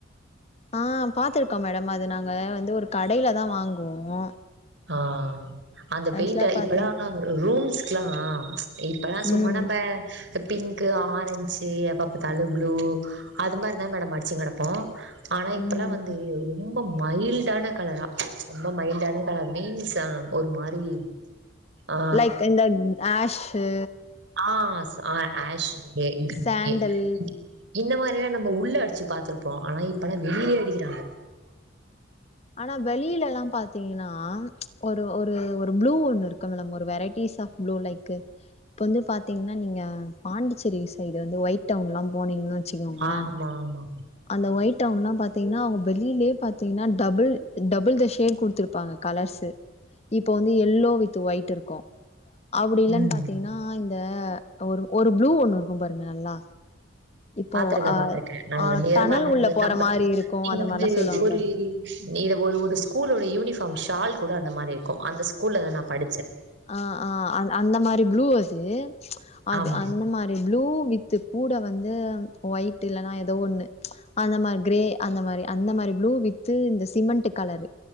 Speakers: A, on the left (about 30°); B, on the right (about 60°).
A: ஆ பாத்துருக்கோம் மேடம் அது நாங்க வந்து ஒரு கடையிலதா வாங்குவோ
B: ஆ அந்த பெயிண்ட
A: ஆக்சுவலா பாத்தே
B: இப்பல்லா ரூம்ஸ்கெல்லா இப்பல்லா சும்மா
A: ம்
B: நம்ப இந்த பிங்க்கு ஆரஞ்சு எப்ப பாத்தாலு ப்ளூ அது மாரிதா மேடம் அடுச்சுன் கெடப்போ ஆனா இப்பல்லா
A: ம்
B: வந்து ரொம்போ மைல்டான கலரா ரொம்போ மைல்டான கலர் மீன்ஸ்ஸா ஒரு மாரி ஆ
A: லைக் இந்த ஹேஷ்ஷு
B: ஆஸ் ஆ ஏஷ் கே கிரே
A: சாண்டல்
B: க் இந்த மாரிலா நம்ம உள்ள அடுச்சு பாத்துருப்போ ஆனா இப்பெல்லா வெளியே அடிக்கிறாங்க
A: ஆனா வெளியில எல்லாம் பாத்தீங்கன்னா ஒரு ஒரு ஒரு ப்ளூ ஒன்னு இருக்கு இல்ல நம்ம ஒரு வெரைட்டிஸ் ஆஃப் ப்ளூ லைக்கு இப்ப வந்து பாத்திங்னா நீங்க பாண்டிச்சேரி சைடு வந்து ஒயிட் டவுன் எல்லாம் போனீங்கன்னு வெச்சுக்கோங்கள
B: ஆமா ஆமா
A: அந்த ஒயிட் டவுன் எல்லாம் பாத்தீங்கன்னா அவுங்க வெளிலேயே பாத்தீங்கன்னா டபுள் டபுள்தா ஷேட் குடுத்துருப் பாங்க கலர்ஸ்ஸு இப்போ வந்து எல்லோ வித்து ஒயிட் இருக்கு அப்டி இல்லன்
B: ம்
A: பாத்தீங்கன்னா இந்த ஒரு ஒரு ப்ளூ ஒண்ணு இருக்கும் பாருங்க நல்லா இப்போ
B: பாத்துருக்க
A: ஆ
B: பாத்துருக்க நா
A: ஆ
B: வந்து எத
A: டனல்
B: மாரினா
A: உள்ள போற
B: நம்ம
A: மாரி இருக்கு
B: நீங்க
A: அந்த
B: வந்து
A: மாரிலா சொல்லுவாங்க
B: ஒரு
A: பாருங்க
B: இத ஒரு ஒரு ஸ்கூலோட யூனிஃபார்ம் ஷால் கூட அந்த மாரி இருக்கும் அந்த ஸ்கூல்ல த நா படிச்சே
A: அ அ அது அந்த மாரி ப்ளூ அது அது
B: ஆமா
A: அந்த மாரி அ ப்ளூ வித் கூட வந்து ஒயிட் இல்லன்னா ஏதோ ஒண்ணு அந்த மாரி கிரே அந்த மாரி அந்த மாரி ப்ளூ வித்து இந்த சிமெண்ட் கலரு